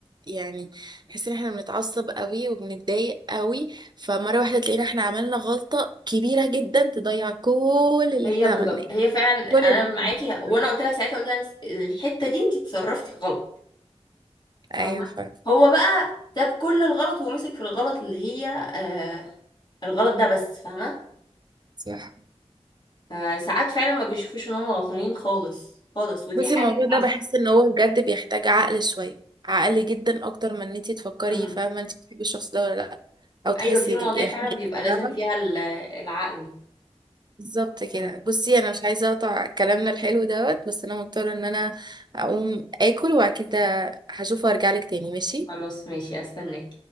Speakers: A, on the right; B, on the left.
A: يعني بحس ان احنا بنتعصب قوي وبنتضايق قوي فمرة واحدة تلاقينا احنا عملنا غلطة كبيرة جدا تضيع كل اللي
B: هي
A: احنا
B: بالظبط
A: عملناه
B: هي فعلا انا
A: كل اللي
B: معاكي
A: إحنا عملناه.
B: وانا قلت لها ساعتها قلت لها الحته دي انت اتصرفتي غلط فاهمة
A: ايوه فعلا
B: هو بقى ساب كل الغلط ومسك في الغلط اللي هي آه الغلط ده بس فاهمة
A: صح
B: فساعات فعلا ما بيشوفوش ان هم غلطانين خالص خالص ودي
A: بس
B: حاجة
A: الموضوع ده
B: بتعصب
A: بحس ان هو بجد بيحتاج عقل شوية عقل جدا اكتر من ان انتي تفكري
B: امم
A: فاهمة انتي بتحبي الشخص ده ولا لا او تحسي
B: ايوه في مواضيع
A: إيه،
B: فعلا بيبقى لازم
A: فاهمة
B: فيها ال- العقل
A: بالظبط كده
B: امم
A: بصي انا مش عايزه اقطع كلامنا الحلو دوت بس انا مضطره ان انا اقوم اكل وبعد كده هشوف وارجع لك تاني ماشي
B: خلاص ماشي استناك